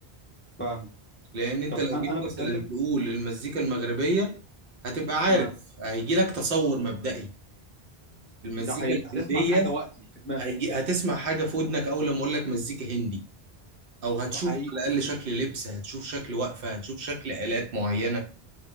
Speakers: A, on the left; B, on the right.
A: فاهمك
B: لان انت
A: طب
B: لو
A: انا
B: جيت
A: انا بتكلم
B: مثلا تقول المزيكا المغربية هتبقى عارف
A: اه
B: هيجي لك تصور مبدئي المزيكا
A: ده حقيقي هتسمع
B: الهندية
A: حاجة وقتي في دماغك
B: هيجي هتسمع حاجة في ودنك اول لما اقول لك مزيكا هندي او هتشوف
A: ده حقيقي
B: على الاقل شكل لبس هتشوف شكل وقفه هتشوف شكل الات معينه